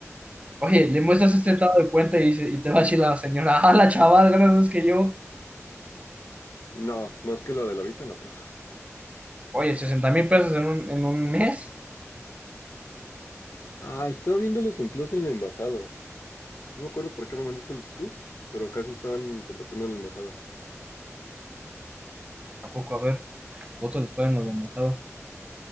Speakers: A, on the right (about 25°); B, on the left (about 65°).
A: Oye, le muestras este
B: Sí.
A: estado de cuenta y, dice- y te va a decir la señora, ah, la chaval, ganas más que yo.
B: No, más que la de la visa, no creo.
A: Oye, sesenta mil pesos en un, en un mes.
B: Ah, estaba viendo los empleos en la embajada. No me acuerdo por qué no mandé solicitud, pero casi estaban contratando en la embajada.
A: ¿A poco? A ver, ¿cuánto les pagan los de embajada?